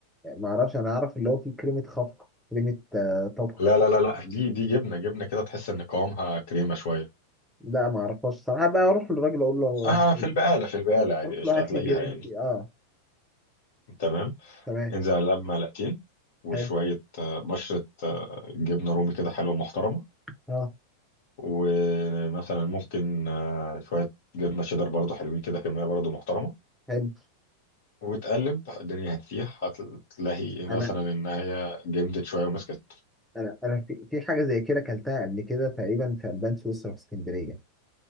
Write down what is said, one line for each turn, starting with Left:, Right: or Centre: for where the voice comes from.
Centre: ما أعرفش أنا أعرف اللي هو فيه كريمة خفق كريمة آه طبخ
Left: لا لا لا لا دي دي جبنه جبنه كده تحس ان قوامها كريمه شويه
Centre: لا ما أعرفهاش صراحة بقى أروح للراجل أقول له
Left: اه
Centre: هات لي-
Left: في البقاله في البقاله عادي
Centre: أروح
Left: قشطه
Centre: له هات
Left: هتلاقيها
Centre: لي جبنة
Left: يعني
Centre: اه
Left: تمام
Centre: تمام
Left: انزل على القلب معلقتين وشوية
Centre: حلو
Left: آه، بشرة آه، جبنة رومي كده حلوة محترمة
Centre: اه
Left: ومثلا ممكن آه، شوية جبنة شيدر برضو حلوين كده كمية برضو محترمة
Centre: حلو
Left: وتقلب الدنيا هتسيح هتلاقي مثلا
Centre: أنا
Left: إن هي جمدت شوية ومسكت
Centre: انا انا في, في حاجه زي كده اكلتها قبل كده تقريبا في البان سويسرا في اسكندريه